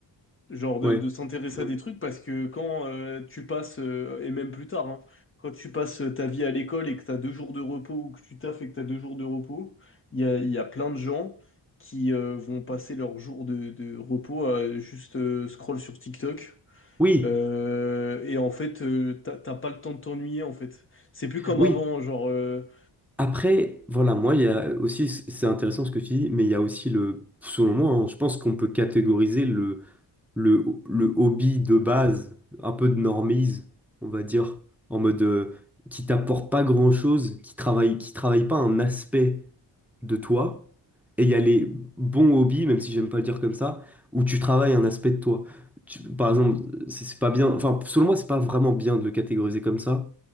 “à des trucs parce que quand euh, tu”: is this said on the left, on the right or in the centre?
Left